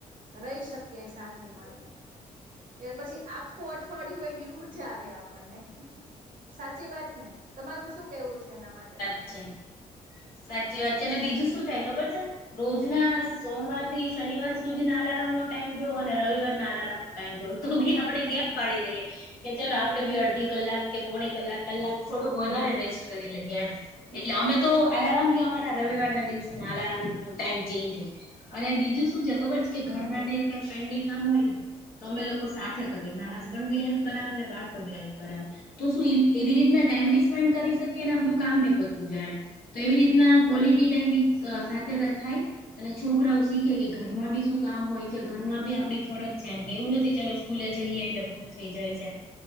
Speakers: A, on the right (about 50°); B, on the left (about 60°).
A: રહી શકીએ, સાથે મળીને. એટલે પછી આખું અઠવાડિયું હોય, એ ઉર્જા રે આપણને. સાચી વાત ને, તમારું શું કેવું છે એના માટે?
B: અચ સાચી વાત છે, અને બીજું શું થાય ખબર છે, રોજના સોમવાર થી શનિવાર સુધી ના અલારમનો ટાઈમ, જો અને રવિવારના અલાર્મનો ટાઈમ જોઓ તો, બી આપણે ગેપ પાડી દઈએ. કે ચલો, આપડે બી અડધી કલાક કે, પોણી કલાક કલાક થોડુંક વધારે રેસ્ટ કરી લઈએ, એટલે અમે તો. આલાર્મ ભી, અમારા રવિવાર ના દિવસોમાં અલાર્મ નો ટાઈમ ચેન્જ હોય, અને બીજું શું છે ખબર? કે ઘરમાં જે કઈ પેન્ડિંગ કામ હોય ને. તો અમે લોકો સાથે કરીએ, મારા હસબન્ડ બી હેલ્પ કરાવે ને, બાળકો બી હેલ્પ કરાવે. હા તો શું એવી રીતના ટાઈમ બી સ્પેન્ડ કરી શકીએ અને આપડું કામ ભી પતતું જાય એમ. તો એવી રીતના ક્વોલિટી ટાઈમ સાથે રખાય. અને છોકરાઓ શીખે કે ઘરમાં બી શું કામ હોય છે. ઘરમાં બી આપડી ફરજ છે એમ કે એવું નથી ચલો સ્કૂલે જઈએ એટલે પૂરું થઇ જાય છે.